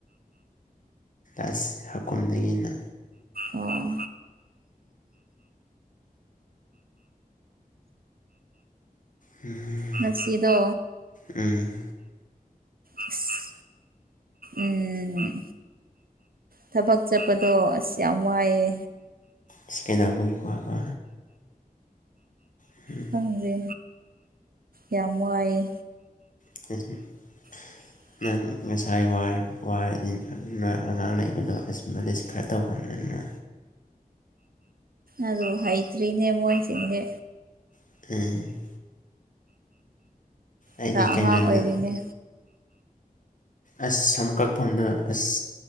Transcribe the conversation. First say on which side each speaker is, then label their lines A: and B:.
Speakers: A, on the left (about 60°); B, on the right (about 75°).
A: ꯑꯁ ꯍꯥꯀꯨꯝꯗꯒꯤꯅ
B: ꯑꯣ
A: ꯍꯨꯝ
B: ꯉꯁꯤꯗꯣ
A: ꯎꯝ
B: ꯑꯁ ꯎꯝ ꯊꯕꯛ ꯆꯠꯄꯗꯣ ꯑꯁ ꯌꯥꯝ ꯋꯥꯏꯌꯦ꯫
A: ꯏꯁ ꯀꯩꯗꯧꯕꯒꯤ ꯋꯥꯕ? <unintelligible>
B: ꯈꯪꯗ꯭ꯔꯦ꯫ ꯌꯥꯝ ꯋꯥꯏꯑꯦ꯫
A: <unintelligible>
B: <inaudible>
A: ꯅꯪ ꯉꯁꯥꯏ ꯋꯥ-ꯋꯥꯔꯗꯤ <unintelligible> ꯑꯉꯥꯡ ꯂꯩꯕꯗꯣ ꯑꯁ ꯃꯂꯤꯁ ꯈꯔ ꯇꯧꯍꯟꯂꯨꯗꯅ꯫
B: ꯑꯗꯨ ꯍꯩꯇ꯭ꯔꯤꯅꯦ ꯃꯣꯏꯁꯤꯡꯗꯤ꯫
A: <unintelligible> ꯑꯩꯗꯤ
B: ꯈꯔ ꯑꯉꯥꯡ
A: ꯀꯩꯅꯣꯗ
B: ꯑꯣꯏꯔꯤꯅꯦ
A: ꯑꯁ ꯁꯝ ꯀꯛꯐꯝꯗ ꯑꯁ